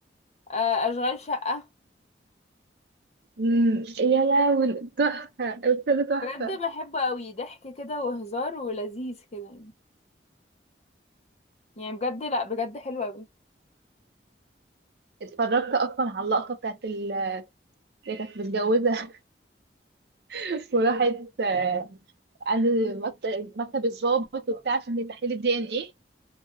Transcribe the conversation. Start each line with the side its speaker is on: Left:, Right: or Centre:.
Left: آه اشغال شقة
Right: امم يا لهوي تحفه الاستاذه تحفه
Left: بجد بحبه اوي ضحك كده وهزار ولذيذ كده يعني يعني بجد لا بجد حلو اوي
Right: اتفرجت اصلا على اللقطه بتاعت ال- اللي كانت متجوزه <laughs> وراحت آه، عند مكت- مكتب الضابط وبتاع عشان تحليل الدي ان ايه،